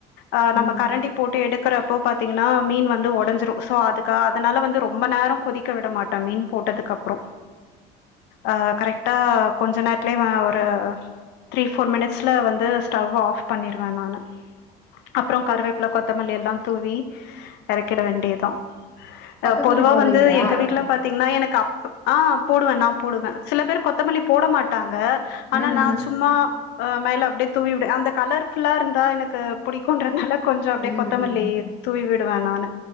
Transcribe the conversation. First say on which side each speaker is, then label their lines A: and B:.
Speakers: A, on the left; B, on the left.
A: ஆ நம்ம
B: ம்
A: கரண்டி போட்டு எடுக்கறப்போ பாத்தீங்குன்னா மீன் வந்து ஒடஞ்சிரு ஸோ அதுக்கா அதனால வந்து ரொம்ப நேரோ கொதிக்க விட மாட்ட மீன் போட்டத்துக் அப்றோ அ கரக்ட்டா கொஞ்ச நேட்லே வ ஒரு த்ரீ ஃபோர் மினிட்ஸ்ல வந்து ஸ்டவ் ஆஃப் பண்ணிர்வே நானு அப்றோ கருவேப்புல கொத்தமல்லி எல்லா தூவி எறக்கிட வேண்டிய்தா
B: கொத்தமல்லி
A: அ பொதுவா
B: போடுவீங்களா
A: வந்து எங்க வீட்ல பாத் திங்னா எனக்கப் ஆ போடுவே நா போடுவே சில பேர் கொத்தமல்லி போட மாட்டாங்க ஆனா
B: ம்
A: நா ச்சும்மா ஆ மேல அப்டே தூவி விடு அந்த கலர்ஃபுல்லா ருந்தா எனக்கு புடிக்குன்றனால கொஞ்சோ அப்டே
B: ம்
A: கொத்தமல்லித்
B: ம்
A: தூவி விடுவே நானு